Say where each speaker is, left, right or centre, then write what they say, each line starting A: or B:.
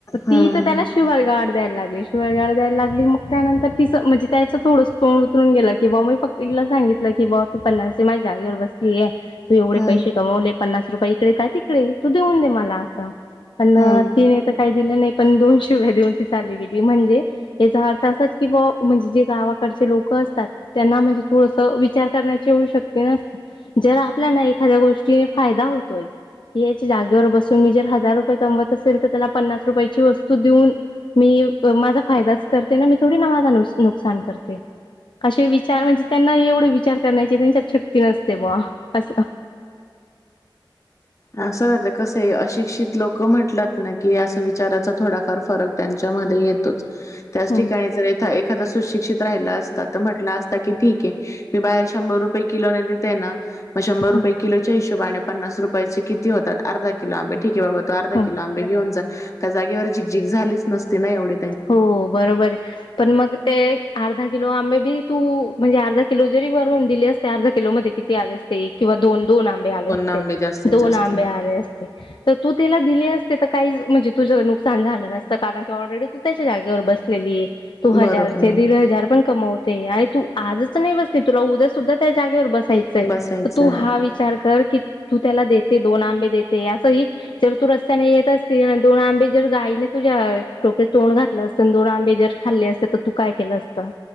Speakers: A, on the left (about 40°); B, on the left (about 70°).
A: हम्म
B: ती
A: हम्म
B: तर त्याला शुवरगाड द्यायला लागली, शिव्यागाळ दायला लागली, मग त्यानंतर तिच, म्हणजे त्याचं थोडं तोड उतरून गेलं. कि बा मी फक्त तिला सांगितलं कि बा तू पन्नासची माझ्या जागेवर बसलीय. तू एवढे
A: हम्म
B: पैसे कमवले पन्नास रूपये इकडे काय तिकडे तू देऊन दे मला असं पण
A: हम्म
B: ती ने तर कायच दिले नाही. पण दोन शिव्या देऊन ती चाली गेली. म्हणजे याचा अर्थ असाच की बा, म्हणजे जे गावाकडचे लोक असतात, त्यांना म्हणजे थोडस विचार करण्याची एवढी शक्य नसते. जर आपल्याना एखाद्या गोष्टी हा एक फायदा होतोय, याच जागेवर बसून मी जर हजार रुपये कमवते असले तर त्याला पन्नास रुपये वस्तू देऊन मी माझा फायदाच करते ना मी थोडी ना माझ नुकसान करते. असे विचार म्हणजे त्यांना एवढे विचार करण्याचे त्यांच्यात शक्ती नसते बुवा अस
A: असं कसंय अशिक्षित लोक म्हटलात ना की अस विचाराचा थोडाफार फरक त्यांच्यामध्ये येतोच त्याच
B: हं
A: ठिकाणी जर एखादा सुशिक्षित सुशिक्षित राहिला असता तर, म्हटला असता की ठीके मी बाहेर शंभर रुपये किलो देते ना म शंभर रुपये
B: हं
A: किलोच्या हिशोबाने पन्नास रुपयाची किती होतात अर्धा किलो <unintelligible> ठीक आहे बाबा तो अर्धा
B: हं
A: किलो आंबे घेऊन, जा त्या जागेवर झिकझिक झालीस नसते ना एवढे.
B: हो बरोबर आहे पण मग ते अर्धा किलो आंबे बी तू, म्हणजे अर्धा किलो जरी वरून दिले असते, अर्धा किलो मध्ये किती आले असते ते किवा दोन. दोन आंबे आले असते,
A: आंबे जास्तीत
B: दोन
A: जास्त.
B: आंबे आले असते तर तू त्याला दिले अस ते तर काही म्हणजे तुझं नुकसान झालं नसत कारण की ऑलरेडी त्याच्या जागेवर बसलेली आहे तू हजार
A: बरोबर
B: चे
A: आहे.
B: दीड हजार पण कमावत तेय तू आजच नाही बसली तुला उद्या सुद्धा त्या जागेवर बस बसायचय,
A: बसायचं
B: तू
A: आहे.
B: हा विचार कर क तू त्याला देते दोन आंबे देते, असंही जर तू रस्त्याने येत असतील दोन आंबे जर गाईने तुझ्या टोपित तोंड घातलं असतं, आण दोन आंबे जर खाल्ले असते तर तू काय केलं असंत?